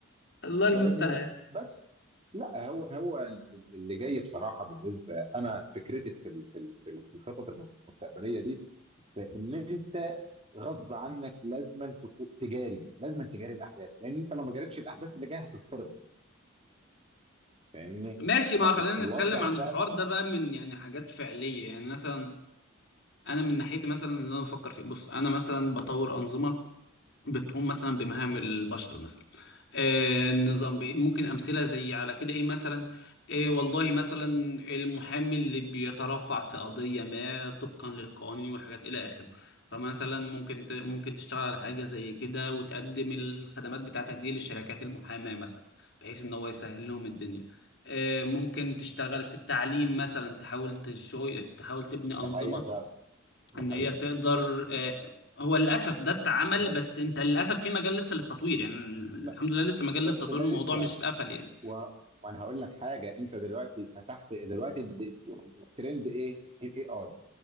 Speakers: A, on the left; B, on the right.
A: الله المستعان
B: فاهمني بس لا هو هو ال- ال- اللي جاي بصراحه بالنسبه انا فكرتي في ال- في ال- في ال- في الخطط المستقبليه دي فان انت غصب عنك لازما تكون تجاري لازما تجاري الاحداث لان انت لو ما جاريتش الاحداث اللي جايه هتضطرب فاهمني
A: ماشي ما
B: فالوضع
A: خلينا نتكلم عن الحوار
B: فعلا
A: ده بقى من يعني حاجات فعليه يعني مثلا انا من ناحيتي مثلا اللي انا بفكر فيه بص انا مثلا بطور انظمه بتقوم مثلا بمهام البشر مثلا آه، نظام إيه، ممكن امثله زي على كده ايه مثلا إيه والله مثلا المحامي اللي بيترفع في قضيه ما طبقا للقوانين والحاجات الى اخره فمثلا ممكن ت- ممكن تشتغل على حاجه زي كده وتقدم الخدمات بتاعتك دي للشركات المحاماه مثلا بحيث ان هو يسهل لهم الدنيا آه، ممكن تشتغل في التعليم مثلا تحاول تشو- تحاول تبني انظمه
B: ده حقيقه فعلا ده
A: ان
B: حقيقه
A: هي تقدر آه، هو للاسف ده اتعمل
B: بس
A: بس انت للاسف في مجال لسه للتطوير يعني الحمد
B: لا
A: لله لسه مجال
B: بس
A: للتطوير
B: ده
A: الموضوع
B: لسه
A: مش اتقفل يعني
B: و... وانا هقول لك حاجه انت دلوقتي فتحت دلوقتي الد- الترند ايه الاي اي